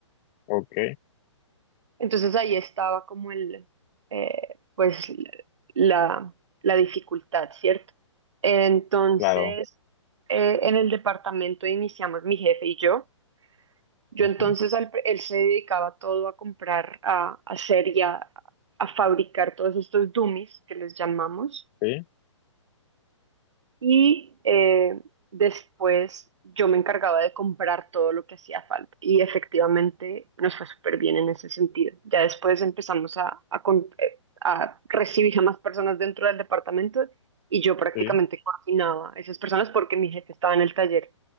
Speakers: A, on the left; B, on the right.
A: Ok,
B: Entonces ahí estaba como el, eh, pues la, la dificultad, ¿cierto? Entonces,
A: claro.
B: eh, en el departamento iniciamos mi jefe y yo. Yo
A: Ujú,
B: entonces, al pr- él se dedicaba todo a comprar, a, a hacer y a, a fabricar todos estos dummies que les llamamos.
A: Sí,
B: Y eh, después yo me encargaba de comprar todo lo que hacía falta. Y efectivamente nos fue súper bien en ese sentido. Ya después empezamos a, a, con- eh, a recibir a más personas dentro del departamento y yo prácticamente
A: sí.
B: coordinaba a esas personas porque mi jefe estaba en el taller